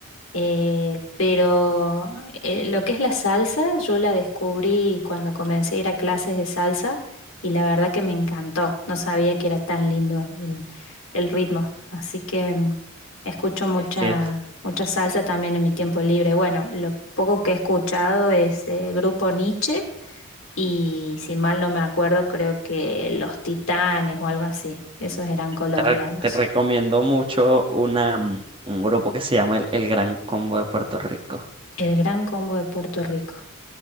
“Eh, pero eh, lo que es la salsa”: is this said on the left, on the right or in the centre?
Left